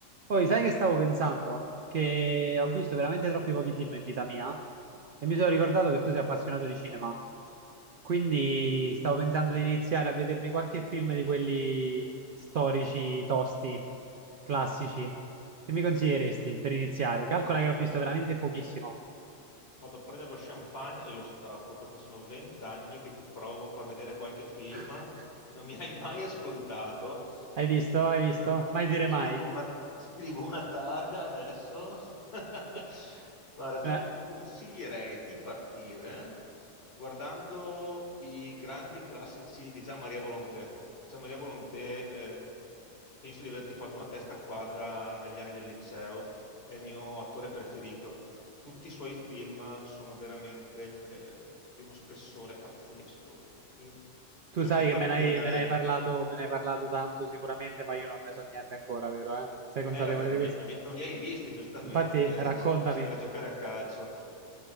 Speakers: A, on the right; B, on the left.
A: Poi, sai che stavo pensando? Che ho visto veramente troppi pochi film in vita mia e mi sono ricordato che tu sei appassionato di cinema. Quindi stavo pensando di iniziare a vedermi qualche film di quelli storici, tosti, classici. Che mi consiglieresti per iniziare?
B: Cioè,
A: Calcola che ho visto veramente pochissimo.
B: vado a prendere lo champagne e lo stappo perché sono vent'anni che ti provo a far vedere qualche film
A: <laughs>
B: e non mi hai mai ascoltato.
A: Hai visto?
B: Quindi
A: Hai visto?
B: questa,
A: Mai dire
B: scrivo
A: mai.
B: una, scrivo una targa adesso. <laughs>
A: <laughs>
B: Guarda, ti
A: Eh,
B: consiglierei di partire guardando i grandi classici di Gian Maria Volonté. Gian Maria Volonté, eh, penso di averti fatto una testa quadra negli anni del liceo, è il mio attore preferito. Tutti i suoi film sono veramente eh, di uno spessore pazzesco. In-
A: Tu
B: Dovresti
A: sai
B: partire
A: che me ne hai,
B: dal...
A: me ne hai parlato, me ne hai parlato tanto sicuramente, ma io non ne so niente ancora, vero, eh? Sei consapevole
B: Eh, vabbè, perché
A: di
B: non
A: questo?
B: li, non li- non li hai visti, giustamente,
A: Infatti,
B: eri,
A: raccontami,
B: se- eri sempre a giocare a calcio.